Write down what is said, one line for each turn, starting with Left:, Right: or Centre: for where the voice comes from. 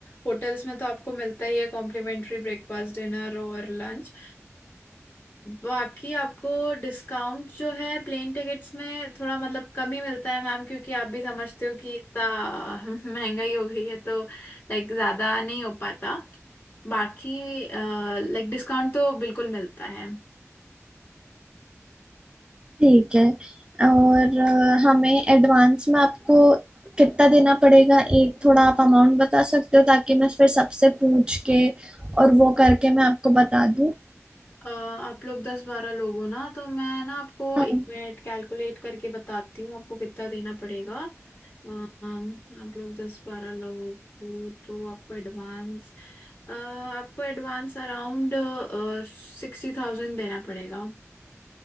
Left: होटल्स में तो आपको मिलता ही है कॉम्प्लीमेंट्री ब्रेकफास्ट डिनर और लंच बाकी आपको डिस्काउंट जो है प्लेन टिकट्स में थोड़ा मतलब कम ही मिलता है मैम क्योंकि आप भी समझते हो कि इतना <laughs> महंगाई हो गई है तो लाइक ज़्यादा नहीं हो पाता बाकी लाइक डिस्काउंट तो बिल्कुल मिलता है
Right: ठीक है और अ, हमें एडवांस में आपको कितना देना पड़ेगा एक थोड़ा आप अमाउंट बता सकते हो ताकि मैं फिर सबसे पूछ के और वो करके मैं आपको बता दूँ
Left: अ, आप लोग दस बारह लोग हो ना तो मैं ना आपको
Right: हाँ
Left: एक मिनट कैलकुलेट करके बताती हूँ आपको कितना देना पड़ेगा अ, अम, आप लोग दस बारह लोग हो तो आपको एडवांस अ, आपको एडवांस अराउंड सिक्सटी थाउजेंड देना पड़ेगा